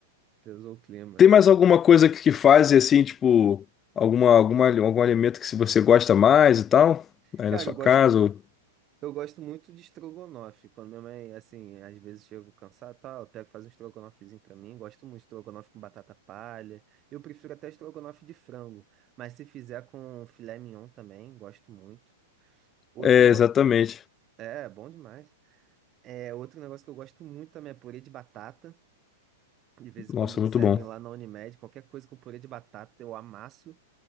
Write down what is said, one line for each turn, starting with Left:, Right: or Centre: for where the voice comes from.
Right: pesou o clima.
Left: Tem mais alguma coisa que, que faz assim, tipo, alguma, alguma, algum alimento que se você gosta mais e tal? Aí
Right: Cara,
Left: na sua
Right: eu gosto
Left: casa? ou-
Right: Eu gosto muito de estrogonofe. Quando minha mãe, assim, às vezes chego cansado, tal, ela pega faz um estrogonofezinho pra mim. Gosto muito de estrogonofe com batata palha. Eu prefiro até estrogonofe de frango, mas se fizer com filé mignon também, gosto muito. Outro
Left: É,
Right: negócio,
Left: exatamente.
Right: é, bom demais. É, outro negócio que eu gosto muito também é purê de batata. De vez
Left: Nossa,
Right: em quando eles
Left: muito
Right: servem
Left: bom.
Right: lá na Unimed, qualquer coisa com purê de batata eu amasso.